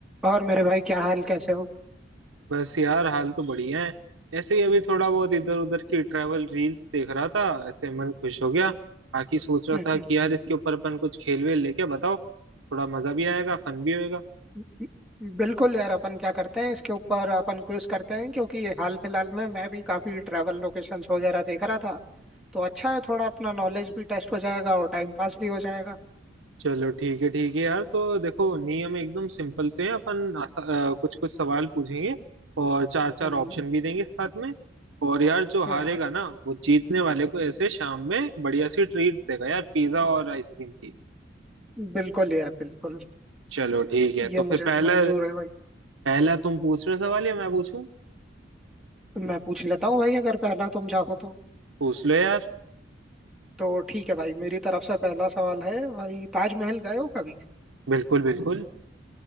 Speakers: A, in the centre; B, on the right (about 80°).
A: और मेरे भाई क्या हाल कैसे हो
B: बस यार हाल तो बढ़िया है ऐसे ही अभी थोड़ा बहुत इधर उधर की ट्रैवल रील्स देख रहा था ऐसे मन खुश हो गया बाकी सोच रहा
A: हम्म,
B: था कि यार इसके ऊपर अपन कुछ खेल वेल लेके बताओ थोड़ा मजा भी आएगा फन भी होएगा
A: हम्म, बिल्कुल यार अपन क्या करते हैं इसके ऊपर अपन क्विज करते हैं क्योंकि हाल फिलहाल में मैं भी काफी ट्रैवल लोकेशंस वगैरह देख रहा था तो अच्छा है थोड़ा अपना नॉलेज भी टेस्ट हो जाएगा और टाइम पास भी हो जाएगा
B: चलो ठीक है ठीक है यार तो देखो नियम एकदम सिंपल से है अपन आसा, कुछ कुछ सवाल पूछेंगे और चार चार
A: हम्म
B: ऑप्शन भी देंगे साथ में और यार जो
A: हाँ
B: हारेगा
A: हाँ,
B: ना वो जीतने वाले को ऐसे शाम में बढ़िया सी ट्रीट देगा यार पिज्जा और आइसक्रीम की
A: बिल्कुल यार बिल्कुल
B: चलो ठीक है
A: ये
B: तो फिर
A: मुझे
B: पहला
A: मंजूर है भाई
B: पहला तुम पूछ रहे हो सवाल या मैं पूछूं
A: मैं पूछ लेता हूँ भाई अगर पहला तुम चाहो तो
B: पूछ लो यार
A: तो ठीक है भाई मेरी तरफ से पहला सवाल है भाई ताजमहल गए हो कभी
B: बिल्कुल बिल्कुल